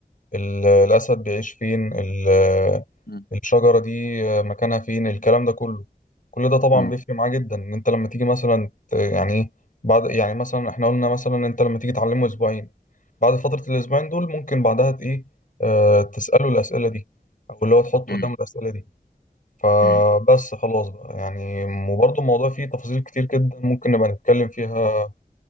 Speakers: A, on the left; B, on the left.
A: ال... الأسد بيعيش فين ال- آه،
B: مم.
A: الشجرة دي آه، مكانها فين الكلام ده كله كل ده طبعا
B: اه
A: بيفرق معاه جدا ان انت لما تيجي مثلا ت- يعني إيه، بعد يعني مثلا احنا قلنا مثلا انت لما تيجي تعلمه اسبوعين بعد فترة الأسبوعين دول ممكن بعدها إيه آه تسأله الأسئلة دي أو اللي هو تحط
B: مم.
A: قدامه الأسئلة دي فبس
B: مم.
A: خلاص بقى يعني وبرضه الموضوع فيه تفاصيل كتير جدا ممكن نبقى نتكلم فيها